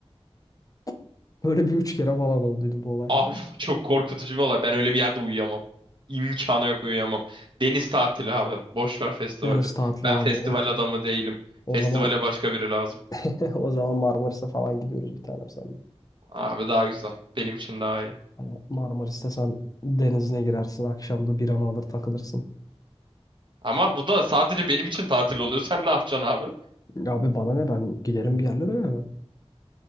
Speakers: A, on the left; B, on the right.
A: <laughs> Böyle bir üç kere falan olduydu bu olay.
B: Abi <laughs> çok korkutucu bir olay. Ben öyle bir yerde uyuyamam. İmkanı yok uyuyamam. Deniz tatili abi. Boş ver festivali.
A: Deniz tatili
B: Ben
A: abi.
B: festival
A: O zaman
B: adamı değilim.
A: o
B: Festivale
A: zaman
B: başka biri lazım.
A: <laughs> o zaman Marmaris'e falan gidiyoruz bir tanem senle.
B: Abi daha güzel. Benim için daha iyi.
A: Hani Marmaris'te sen denizine girersin. Akşamda bir an alır takılırsın.
B: Ama bu da sadece benim için tatil oluyor. Sen ne yapacaksın abi?
A: Abi bana ne ben giderim bir yerlere yani.